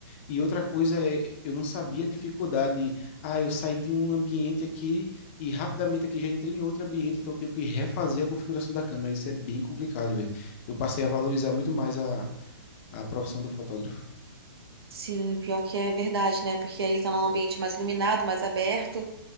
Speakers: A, on the left (about 30°); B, on the right (about 75°).
A: E outra coisa é, eu não sabia a dificuldade, de, ah, eu saí de um ambiente aqui e rapidamente aqui já entrei em outro ambiente, então eu tenho que refazer a configuração da câmera. Isso é bem complicado, velho eu passei a valorizar muito mais a, a profissão do fotógrafo.
B: Sim, pior que é verdade, né? Porque aí tá num ambiente mais iluminado, mais aberto.